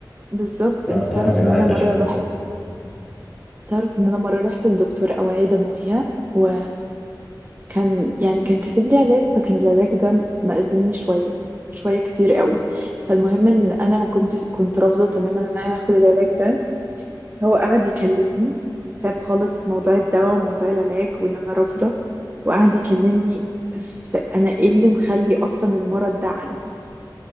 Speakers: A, on the right; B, in the centre.
A: بالظبط
B: فطبعا
A: انت تعرف
B: بيبقى
A: ان انا
B: عبء
A: مره
B: شويه
A: رحت تعرف ان انا مره رحت لدكتور اوعيه دمويه و كان يعني كان كاتب لي علاج فكان العلاج ده مأزمني شوية شوية كتير قوي فالمهم ان انا ما كنت كنت رافضة تماما ان انا اخد العلاج ده هو قعد يكلمني ساب خالص موضوع الدواء وموضوع العلاج وان انا رافضة وقعد يكلمني في انا ايه اللي مخلي اصلا المرض ده عندي